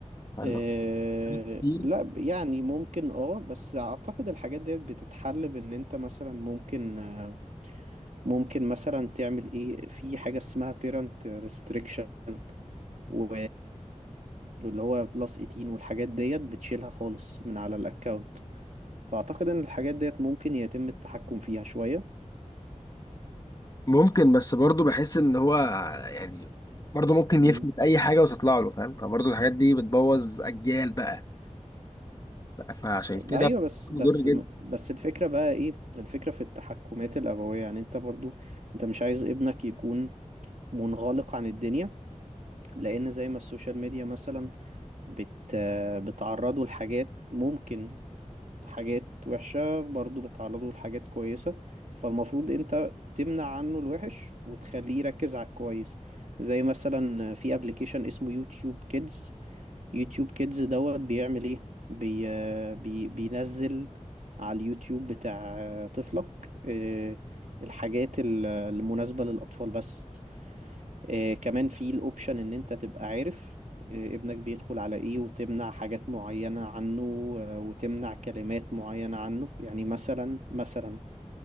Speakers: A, on the left; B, on the right.
A: فاللي
B: آه،
A: هو حاجات كتير
B: لا ب- يعني ممكن اه بس اعتقد الحاجات ديت بتتحل بان انت مثلا ممكن آه، ممكن مثلا تعمل ايه في حاجة اسمها parent restriction و- واللي هو بلس 18 والحاجات ديت بتشيلها خالص من على الاكونت فاعتقد ان الحاجات ديت ممكن يتم التحكم فيها شوية
A: ممكن بس برضه بحس ان هو يعني برضه ممكن
B: مم.
A: يفلت اي حاجه وتطلع له فاهم فبرضه الحاجات دي بتبوظ اجيال بقى فعشان كده
B: ايوه بس
A: مضر
B: بس
A: جدا
B: بس الفكرة بقى ايه الفكرة في التحكمات الابوية يعني انت برضو انت مش عايز ابنك يكون منغلق عن الدنيا لان زي ما السوشيال ميديا مثلا بت بتعرضوا لحاجات ممكن حاجات وحشة برضو بتعرضوا لحاجات كويسة فالمفروض انت تمنع عنه الوحش وتخليه يركز على الكويس زي مثلا في ابلكيشن اسمه يوتيوب كيدز يوتيوب كيدز دوت بيعمل ايه بي بي بينزل على اليوتيوب بتاع طفلك آه، الحاجات المناسبة للأطفال بس آه، كمان في الاوبشن ان انت تبقى عارف آه، ابنك بيدخل على ايه وتمنع حاجات معينة عنه آه، وتمنع كلمات معينة عنه يعني مثلا مثلا